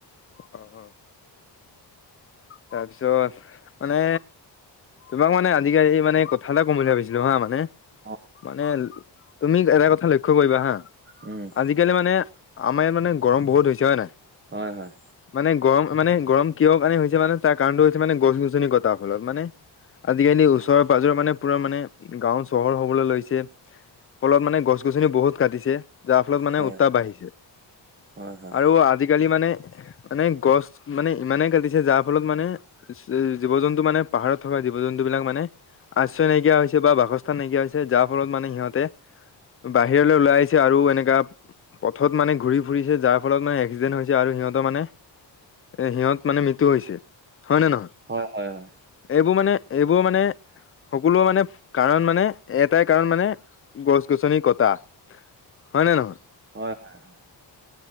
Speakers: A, on the left; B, on the right.
A: অ', অ'। তাৰপিছত মানে তোমাক মানে এই মানে কথা এটা কম বুলি ভাবিছিলো হা মানে
B: অ
A: মানে তুমি এটা কথা ল লক্ষ্য কৰিব হা।
B: উম।
A: আজিকালি মানে আমাৰ ইয়াত মানে গৰম বহুত হৈছে হয় নাই।
B: হয় হয়।
A: মানে গৰম, মানে গৰম কিয় কাৰণে হৈছে মানে, তাৰ কাৰণটো হৈছে মানে গছ-গছনি কটাৰ ফলত মানে। আজিকালি ওচৰে-পাজৰে মানে পুৰা মানে গাঁও চহৰ হ'বলৈ লৈছে। ফলত মানে গছ-গছনি বহুত কাটিছে, যাৰ ফলত মানে
B: হয়
A: উত্তাপ বাঢ়িছে
B: হয় হয়
A: আৰু আজি। আজিকালি মানে, মানে গছ মানে ইমানে কাটিছে জাপ ফলত মানে জীৱ-জন্তু মানে, পাহাৰত থকা জীৱ-জন্তু বিলাক মানে। আশ্ৰয় নাইকিয়া হৈছে বা বাসস্থান নাইকিয়া হৈছে, যাৰ ফলত মানে সিহঁতে। বাহিৰলৈ ওলাই আহিছে আৰু এনেকা। পথত মানে ঘূৰি ফুৰিছে, যাৰ ফলত মানে এক্সিডেণ্টত হৈছে আৰু সিহঁতৰ মানে। এ সিহঁত মানে মৃত্যু হৈছে। হয় নে নহয়।
B: হয়, হয়, হয়।
A: এইবোৰ মানে এইবোৰ মানে সকলো মানে কাৰণ মানে এটাই কাৰণ মানে গছ-গছনি কটা। হয়নে নহয়?
B: হয়, হয়, হয়